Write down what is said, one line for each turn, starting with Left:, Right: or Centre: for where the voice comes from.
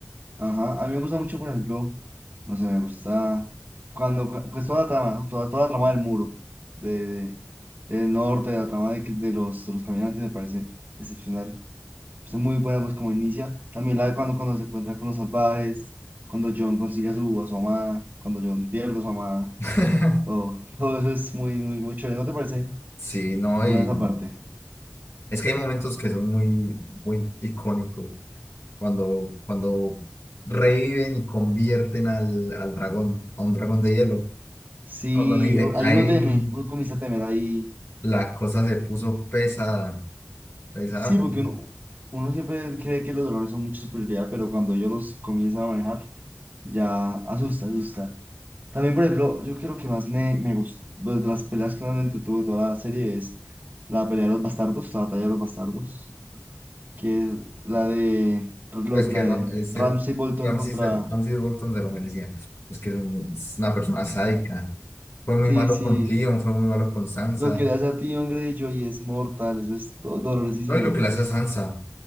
Right: Ajá, a mí me gusta mucho, por ejemplo, no sé, me gusta cuando, cu- pues toda la trama, ¿no? Toda, toda la trama del muro, de, del norte, la trama de, que- de los, de los caminantes me parece excepcional. Es muy buena, pues como inicia. También la de cuando, cuando se encuentra con los salvajes, cuando John consigue a su, a su amada, cuando John pierde a su amada,
Left: <laughs>
Right: todo, todo eso es muy, muy, muy chévere. ¿No te parece
Left: Sí, no,
Right: buena
Left: y
Right: esa parte?
Left: es que hay momentos que son muy, muy icónicos. Cuando, cuando reviven y convierten al, al dragón, a un dragón de hielo.
Right: Sí,
Left: Cuando me dice,
Right: hay
Left: ahí
Right: uno teme, uno comienza a temer ahí
Left: la cosa se puso pesada, pesada.
Right: Sí,
Left: pesada".
Right: porque uno, uno siempre cree que los dolores son mucha superioridad, pero cuando ellos los comienzan a manejar, ya asusta, asusta. También, por ejemplo, yo creo que más me, me gustó, pues, de las peleas que más me entretuvo de toda la serie es la pelea de los bastardos, la batalla de los bastardos, que es la de, lo-
Left: Es que
Right: la
Left: Ram-
Right: de
Left: ese
Right: Ramsay Bolton
Left: Ramsey,
Right: contra...
Left: se- Ramsey Bolton se lo merecía. Es que es, un- es una persona sádica. Fue muy
Right: Sí,
Left: malo
Right: sí,
Left: con Cleon, fue muy malo con Sansa.
Right: lo que le hace a ti, hombre, Joy es mortal, eso es do- dolorosísimo.
Left: No, y lo que le hace a Sansa.